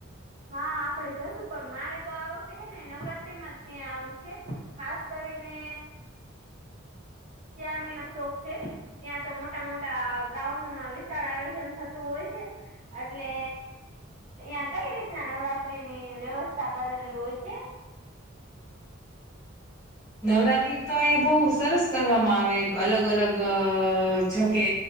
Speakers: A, on the right; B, on the left.
A: હા, આપડે જશું પણ મારે તો આ વખતે હે ને નવરાત્રીમા જ ત્યાં આવવું છે. ખાસ કરીને અત્યાંનો એ શોખ છે. ત્યાં તો મોટા મોટા ગ્રાઉન્ડમાં વિશાળ આયોજન થતું હોય છે. એટલે અ્યાં કઈ રીતના નવરાત્રી ની વ્યવસ્થા કરેલી હોય છે?
B: નવરાત્રી તો અહીયાયા બહ સરસ કરવામાં આવે અલગ અલગ જોકે